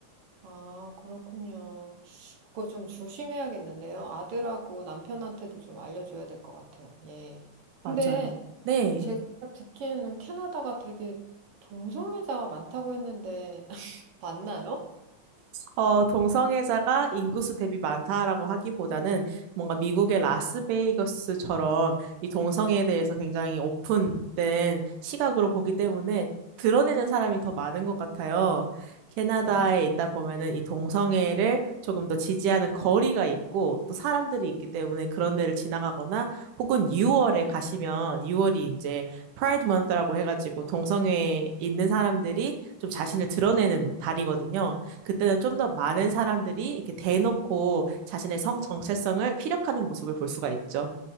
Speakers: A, on the right; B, on the right.
A: 아, 그렇군요. 그거 좀 조심해야겠는데요. 아들하고 남편한테도 좀 알려줘야 될 것 같아요. 예. 근데
B: 맞아요. 네.
A: 제가 듣기에는 캐나다가 되게 동성애자가 많다고 했는데, <laughs> 맞나요?
B: 어, 동성애자가 인구수 대비 많다라고 하기보다는 뭔가 미국의 라스베이거스처럼 이 동성애에 대해서 굉장히 오픈된 시각으로 보기 때문에 드러내는 사람이 더 많은 것 같아요. 캐나다에
A: 아,
B: 있다 보면은 이 동성애를 조금 더 지지하는 거리가 있고 또 사람들이 있기 때문에 그런 데를 지나가거나 혹은 6월에 가시면 6월이 이제 프라이드 먼스라고 해가지고 동성애에 있는 사람들이 좀 자신을 드러내는 달이거든요. 그때는 좀 더 많은 사람들이 이렇게 대놓고 자신의 성 정체성을 피력하는 모습을 볼 수가 있죠.